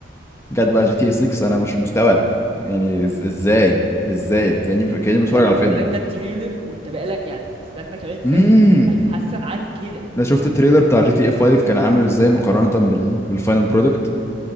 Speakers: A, on the left; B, on the right.
A: جت بقى جي تي 6
B: يعني
A: انا مش مستوعب يعني إز- ازاي ازاي كاني كاني بتفرج
B: لا وبيقول
A: على فيلم
B: لك ده تريلر وانت بقى لك يعني استنى كمان سنه
A: امم
B: هيتحسن عن كده
A: انا شفت التريلر بتاع
B: ف...
A: جي تي اي 5 كان عامل ازاي مقارنة بال... بالفاينل برودكت